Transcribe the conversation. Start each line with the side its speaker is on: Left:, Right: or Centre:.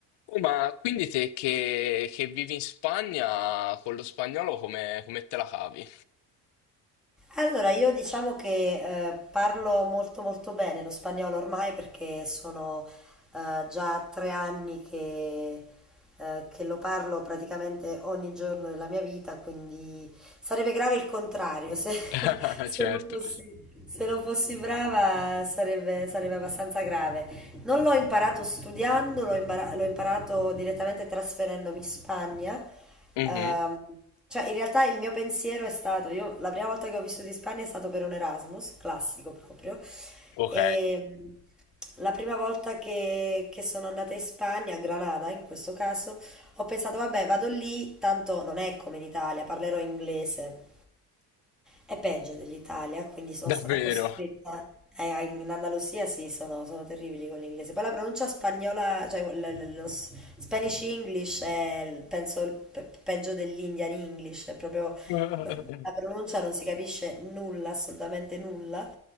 Left: Oh, ma quindi te che, che vivi in Spagna con lo spagnolo come, come te la cavi?
Centre: Allora, io diciamo che eh, parlo molto molto bene lo spagnolo ormai perché sono eh, già tre anni che, eh, che lo parlo praticamente ogni giorno della mia vita, quindi sarebbe grave il contrario, se, <laughs>
Left: <laughs>
Centre: se
Left: Certo.
Centre: non fossi, se non fossi brava sarebbe, sarebbe abbastanza grave. Non l'ho imparato studiando, l'ho imbara- l'ho imparato direttamente trasferendomi in Spagna.
Left: Mhm,
Centre: Ehm, cioè, in realtà il mio pensiero è stato, io la prima volta che ho vissuto in Spagna è stato per un Erasmus, classico proprio,
Left: Ok,
Centre: e mh, la prima volta che, che sono andata in Spagna, a Granada in questo caso, ho pensato, vabbè, vado lì, tanto non è come in Italia, parlerò inglese. È peggio dell'Italia, quindi sono
Left: davvero.
Centre: stata costretta. eh, in Andalusia sì, sono, sono terribili con l'inglese. Poi la pronuncia spagnola, cioè l- l- lo s- Spanish English è, il- penso, il pe- peggio dell'Indian English, è proprio
Left: <laughs>
Centre: la pronuncia non si capisce nulla, assolutamente nulla.